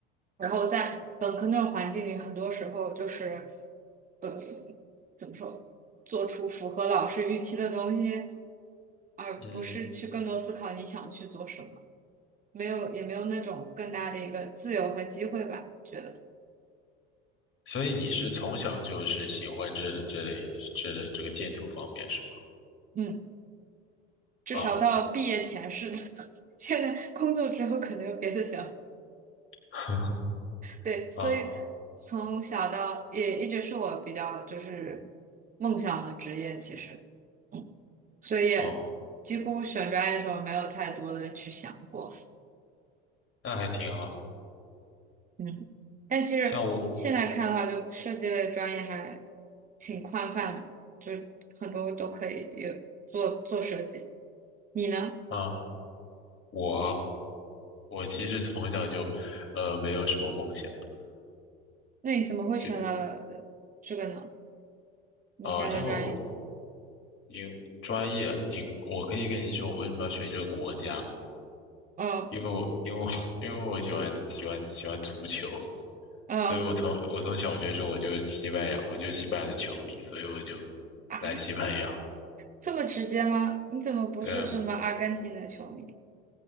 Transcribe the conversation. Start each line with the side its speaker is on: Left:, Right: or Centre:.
Right: 然后在本科那种环境里，很多时候就是，呃，怎么说，做出符合老师预期的东西，而不是去更多思考你想去做什么，
Left: 嗯，
Right: 没有也没有那种更大的一个自由和机会吧，觉得，
Left: 所以你是从小就是喜欢这这类这类这个建筑方面是吗？
Right: 嗯，至少到毕业前是的，
Left: 啊，你
Right: <laughs> 现在工作之后可能有别的想法
Left: <laughs>
Right: 对，所以从小到也一直是我比较就是
Left: 啊
Right: 梦想的职业，其实。嗯。所以也几乎选专业的时候没有太多的去想过，
Left: 哦，那还挺好的。
Right: 嗯，但其实现在看的话，
Left: 像我
Right: 就设计类专业还挺宽泛的，就很多都可以有做做设计。你呢？
Left: 啊，我我其实从小就，呃，没有什么梦想。
Right: 那你怎么会选了这个呢？
Left: 就
Right: 你现在的专业？
Left: 啊、因为我因为专业，你我可以跟你说我为什么要学这个国家，
Right: 哦
Left: 因为我因为我 <laughs> 因为我喜欢喜欢喜欢足球，
Right: 哦
Left: 所以我从我从小学的时候我就是西班牙，我就是西班牙的球迷，所以我就
Right: 啊，
Left: 来西班牙。
Right: 这么直接吗？你怎么不是什么阿根廷的球迷？
Left: 对啊，